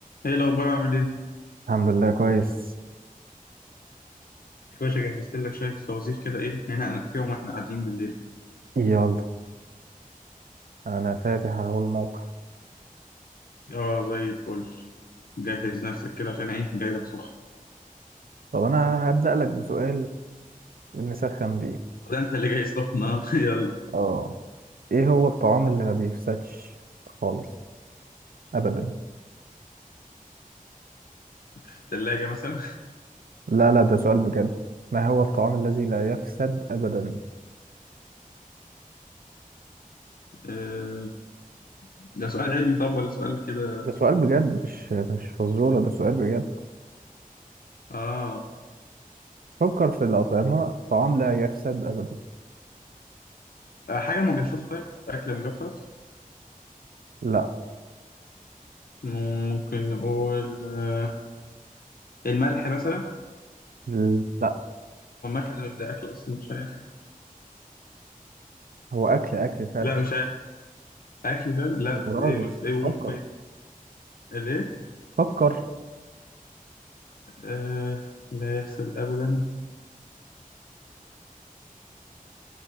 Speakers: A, on the left (about 80°); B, on the right (about 80°).
A: ايه الاخبار عامل ايه
B: الحمد لله كويس
A: يا باشا جهزت لك شويه فوازير كده ايه ننقنق فيهم واحنا قاعدين بالليل كده
B: يلا انا فاتح اهو الموقع
A: اه زي الفل جهز نفسك كده عشان ايه جاي لك سخن
B: طب انا هبدأ لك بسؤال نسخن بيه
A: ده انت اللي جاي سخن اه <laughs> يلا
B: اه ايه هو الطعام اللي ما بيفسدش خالص ابدا
A: في التلاجة مثلا
B: لا لا ده سؤال بجد ما هو الطعام الذي لا يفسد ابدا
A: آه ده سؤال علمي طب ولا سؤال كده
B: ده سؤال بجد مش مش فزورة ده سؤال بجد
A: اه
B: فكر في الأطعمة طعام لا يفسد ابدا
A: آه، حاجه مجففه طيب اكل مجفف
B: لا
A: م- ممكن نقول آه الملح مثلا
B: لا
A: هو الملح ده ده اكل اصلا مش عارف
B: هو اكل اكل فعلا
A: لا مش عارف اكل فعلا لا
B: يا راجل
A: ايه مثلا ايه قول
B: فكر
A: ايه ليه
B: فكر
A: آه لا يفسد ابدا